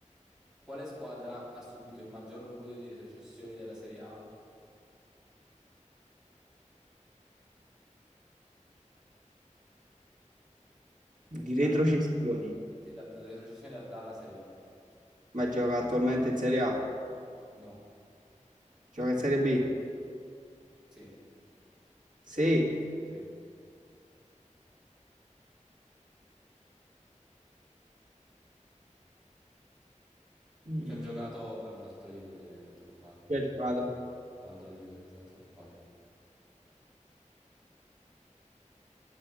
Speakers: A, in the centre; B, on the right.
A: Quale squadra ha subito il maggior numero di retrocessioni della Serie A?
B: Di
A: Cioè,
B: retrocessioni,
A: dalla Serie A. Sì, da- da- retrocessioni da- dalla Serie A.
B: ma gioca attualmente in Serie A?
A: No,
B: Gioca in Serie B?
A: sì,
B: Sì.
A: sì.
B: Mm,
A: Ci ha giocato... Vabbè, no, se te lo dico te- è troppo facile.
B: chi ha giocato?
A: No, non te lo dico perché sennò è troppo facile.